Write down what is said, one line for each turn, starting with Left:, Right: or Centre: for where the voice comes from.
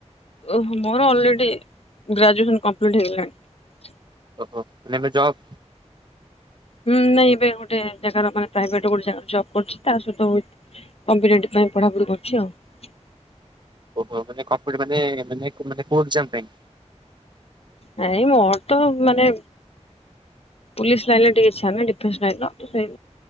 Left: ଓହୋ ମୋର ଅଲରେଡି ଗ୍ରାଜୁଏସନ କମ୍ପ୍ଲିଟ ହେଇଗଲାଣି।
Right: ଓହୋ ନମେ ଯବ।
Left: ହୁଁ ନାଇଁ ଏବେ ଗୋଟେ ାଗ ମାନେ ପ୍ରଭେଟ ଗୋଟେ ଜବ କରୁଛି ତା ସହି କମ୍ପ ପାଇଁ ପଢାପଢି କରୁଛି ଆଉ।
Right: ଓହୋ ମାନେ କପ ମାନେ ମାନୋନେ କୋ ଜ ପାଇଁ
Left: ନାଇଁ ମୋର ତ ମାନେ ପୁଲିସ ଲାଇନରେ ଟିକେ ଇଛା ନା ଡିଫେନ୍ସ ଲାଇନ ସେଇ